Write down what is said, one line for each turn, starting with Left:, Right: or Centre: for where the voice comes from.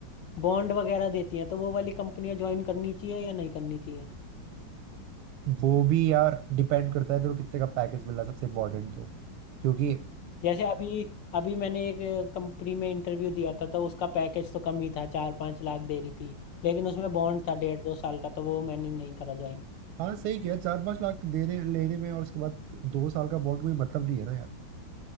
Left: बॉन्ड वगैरह देती हैं तो वो वाली कंपनियां ज्वाइन करनी चाहिए या नहीं करनी चाहिए
Right: वो भी यार डिपेंड करता है तेरे को कितने का पैकेज मिल रहा है सबसे इम्पोर्टेंट तो क्योंकि
Left: जैसे अभी अभी मैंने एक कंपनी में इंटरव्यू दिया था तो उसका पैकेज तो कम ही था चार पाँच लाख दे रही थी लेकिन उसमें बॉन्ड था डेढ़ दो साल का तो वो मैंने नहीं करा ज्वाइन
Right: हाँ सही किया चार पांच लाख देने लेने में और उसके बाद दो साल का बॉन्ड कोई मतलब नहीं है ना यार